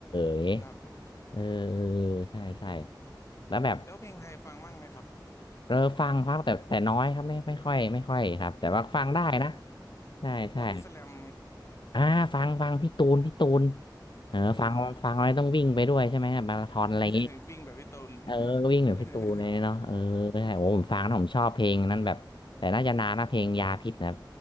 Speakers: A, on the left (about 85°); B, on the left (about 35°).
A: อย่างงี้
B: ครับ
A: เออเออใช่ใช่แล้วแบบ
B: แล้วเพลงไทยฟังมั่งไหมครับ
A: เออฟังครับแต่แต่น้อยครับไม่ไม่ค่อยไม่ค่อยครับแต่ว่าฟังได้นะ
B: ที่นี่
A: ใช่ใช่
B: บอดี้สแลม
A: อ่าฟังฟังพี่ตูนพี่ตูนเออฟังฟังไว้ต้องวิ่งไปด้วยใช่ไหมแบบมาราธอนอะไรอย่างงี้
B: พี่ตูนครับ <laughs> วิ่งแบบพี่ตูน
A: เออวิ่งเหมือนพี่ตูนเลยเนาะเออใช่โอ้ผมฟังนะผมชอบเพลงนั้นแบบแต่น่าจะนานนะเพลงยาพิษนะครับ
B: <laughs>